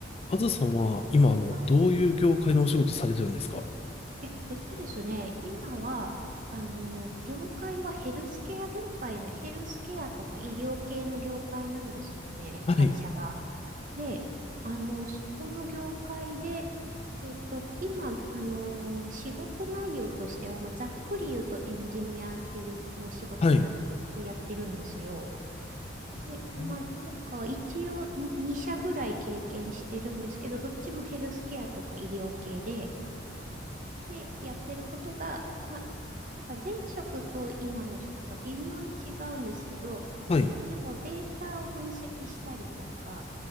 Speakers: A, on the left; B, on the right.
A: あずさんは、今、あの、
B: はい。
A: どういう業界のお仕事されてるんですか
B: はい。え、えっとですね、今は、あの、業界はヘルスケア業界な、ヘルスケアとか医療系の業界なんですよね、
A: はい、
B: 会社が。で、あの、そこの業界で、えっと、今、あの、仕事内容としては、まあ、ざっくり言うとエンジニアっていうの仕事なんをやってるんですよ。
A: はい、
B: で、
A: えー
B: まあ、なんか一応2社ぐらい経験してるんですけど、どっちもヘルスケアとか医療系で、で、やってることが、まあ、なんか前職と今の職が微妙に違うんですけど、
A: はい。
B: まあ、でもデータを分析したりとか、